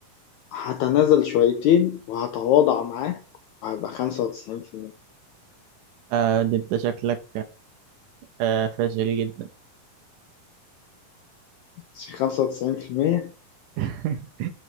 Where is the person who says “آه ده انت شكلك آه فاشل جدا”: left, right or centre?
Right